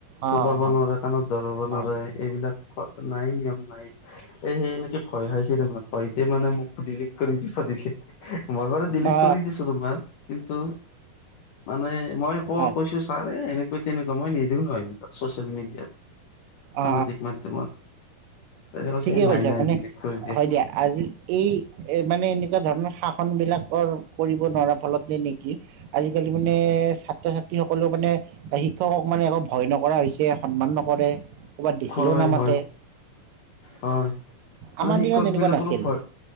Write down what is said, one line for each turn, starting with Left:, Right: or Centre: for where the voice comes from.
Right: অ
Left: কোবাব
Right: অ
Left: নোৱাৰে কাণত ধৰাব
Right: হয়
Left: নোৱাৰে। এইবিলাক নাই নিয়ম নাই। এ সেই এনেকে ভয় খাইছে তাৰ মে ভয়তে মানে মোক ডিলি কৰি দিছিল। মই বাৰু ডিলিট
Right: অ অ
Left: কৰি দিছো তোমাৰ কিন্তু মানে। মই ক
Right: অ
Left: কৈছো ছাৰে এনেকৈ তেনেকুৱা মই নিদিও নহয় ছচিয়েল মিডিয়াত।
Right: অ
Left: সামাজিক মাধ্যমত। তেনে
Right: ঠিকে কৈছে
Left: নাই নাই
Right: আপুনি
Left: ডিলিট কৰি দিয়ে
Right: হয় দিয়া আজি। এই এ মানে এনেকুৱা ধৰণৰ শাসন বিলাকৰ কৰিব নোৱাৰাৰ ফলত তে নেকি। আজিকালি মানে ছাত্ৰ ছাত্ৰীসকলেও মানে শিক্ষকক মানে অলপ। ভয় নকৰা হৈছে সন্মান নকৰে। ক'ৰবাত দেখিলেও
Left: হয়
Right: নামাতে
Left: হয় হয় মানে
Right: আমাৰ
Left: শিক্ষক
Right: দিনত এনেকুৱা
Left: বিলাকৰো
Right: নাছিল
Left: ভয়।